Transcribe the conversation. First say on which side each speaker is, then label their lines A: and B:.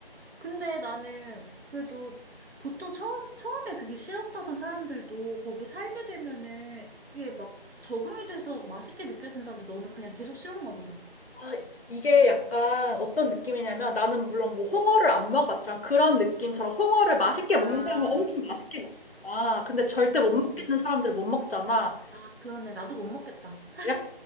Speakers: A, on the right; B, on the left.
A: 근데 나는 그래도 보통 처음, 처음에 그게 싫었다던 사람들도 거기 살게 되면은 이게 막 적응이 돼서 맛있게 느껴진다는데 너는 그냥 계속 싫었나 보다.
B: 아, 이게 약간 어떤 느낌이냐면 나는 물론 뭐 홍어를 안 먹어봤지만 그런 느낌처럼 홍어를 맛있게
A: 아,
B: 먹는 사람은 엄청 맛있게 먹잖아. 근데 절대 못
A: 어.
B: 먹겠는 사람들은 못 먹잖아.
A: 아, 그러네. 나도 못 먹겠다.
B: 약간